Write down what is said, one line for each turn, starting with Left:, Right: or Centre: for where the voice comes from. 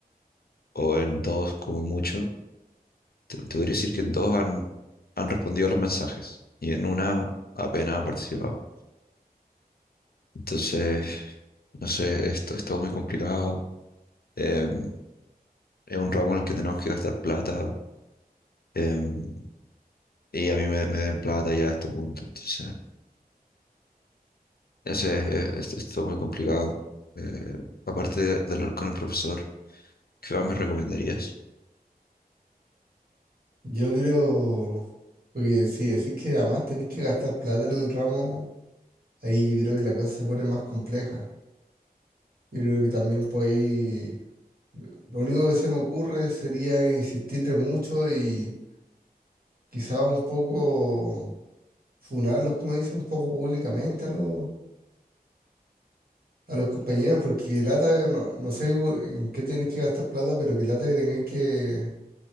Left: o en dos como mucho. Te, te podría decir que en dos han, han respondido a los mensajes y en una apenas han participado. Entonces, no sé, esto, es todo muy complicado. Em, es un ramo en el que tenemos que gastar plata. Em, y a mí me, me den plata ya a este punto. Entonces, ese es, es- es todo muy complicado. Eh, aparte de, de hablar con el profesor, ¿qué más me recomendarías?
Right: Yo creo, porque si decís que además tenés que gastar plata en el ramo, ahí yo creo que la cosa se pone más compleja. Yo creo que también podéis, lo único que se me ocurre sería insistirle mucho y quizá un poco funarlos, como dice, un poco públicamente a los, a los compañeros, porque lata, no, no sé bu- en qué tenéis que gastar plata, pero que lata que tengáis que,